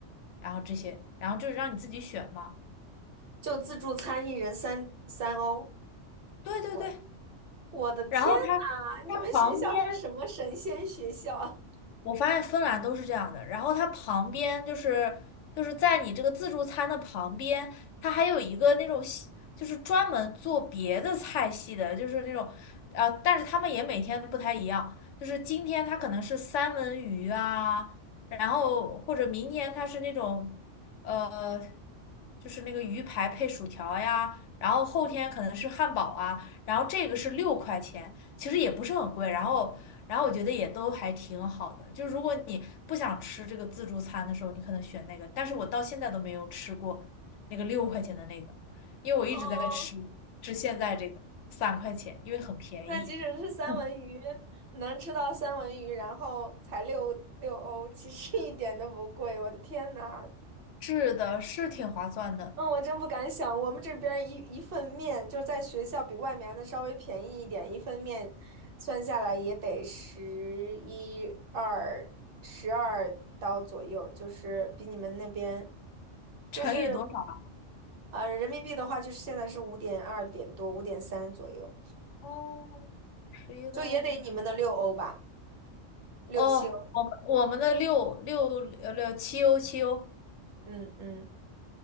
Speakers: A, on the left (about 75°); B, on the right (about 50°).
A: 然后这些，然后就是让你自己选嘛。
B: 就自助餐一人三三欧，
A: 对对对。
B: 我的我的天呐，
A: 然后它它旁边，
B: 你们学校是什么神仙学校？
A: 我发现芬兰都是这样的。然后它旁边就是就是在你这个自助餐的旁边，它还有一个那种西就是专门做别的菜系的，就是那种呃，但是他们也每天不太一样。就是今天它可能是三文鱼啊，然后或者明天它是那种呃，就是那个鱼排配薯条呀，然后后天可能是汉堡啊，然后这个是六块钱。其实也不是很贵，然后然后我觉得也都还挺好的，就如果你不想吃这个自助餐的时候，你可能选那个，但是我到现在都没有吃过那个六块钱的那个，因为我一直在吃吃现在这个三块钱，
B: 哦，
A: 因为很便宜。
B: 那即使是三文鱼，
A: 嗯
B: 能吃到三文鱼，然后才六六欧，其实一点都不贵。我的天呐，
A: 是的，是挺划算的，
B: 嗯，我真不敢想，我们这边儿一一份面，就在学校比外面还能稍微便宜一点，一份面算下来也得十一二十二刀左右，就是比你们那边，就是
A: 乘以多少啊？
B: 呃人民币的话，就是现在是五点二点多，五点三左右，
A: 哦，十一点五。
B: 就也得你们的六欧吧。六七欧。
A: 哦，我们我们的六六呃六七欧七欧。
B: 嗯嗯，